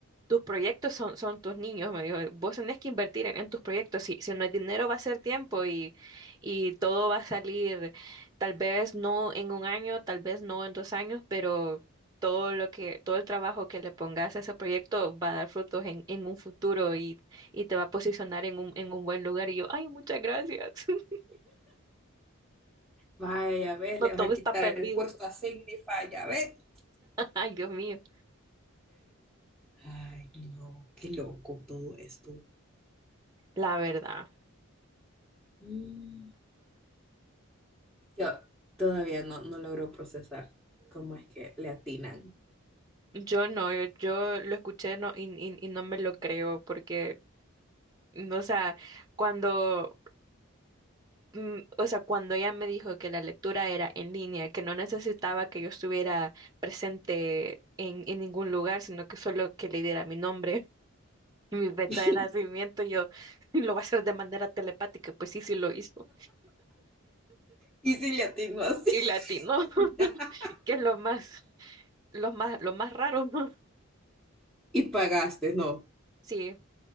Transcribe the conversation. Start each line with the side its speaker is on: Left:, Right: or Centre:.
Right: tus proyectos son, son tus niños. Me dijo, vos tenés que invertir en, en tus proyectos. Si, si no es dinero, va a ser tiempo y, y todo va a salir, tal vez no en un año, tal vez no en dos años, pero todo lo que, todo el trabajo que le pongas a ese proyecto va a dar frutos en, en un futuro y, y te va a posicionar en un, en un buen lugar. Y yo, ay, muchas gracias. <laughs>
Centre: Vaya, ves,
Right: No
Centre: le
Right: todo
Centre: vas a
Right: está
Centre: quitar
Right: perdido.
Centre: el puesto a Signify, ya ves.
Right: Ay, Dios mío.
Centre: Ay, no, qué loco todo esto.
Right: La verdad,
Centre: Mm. Yo todavía no, no logro procesar cómo es que le atinan.
Right: yo no, yo, yo lo escuché no, y, y- y no me lo creo porque, mm, o sea, cuando, mm, o sea, cuando ella me dijo que la lectura era en línea, que no necesitaba que yo estuviera presente en, en ningún lugar, sino que solo que le diera mi nombre <laughs> y mi fecha
Centre: <laughs>
Right: de nacimiento, yo <laughs> lo va a hacer de manera telepática, pues sí, sí lo hizo.
Centre: ¿Y si le atino así?
Right: Y latino, <laughs>
Centre: <laughs>
Right: que es lo más, lo más, lo más raro. <laughs>
Centre: Y pagaste, no.
Right: Sí.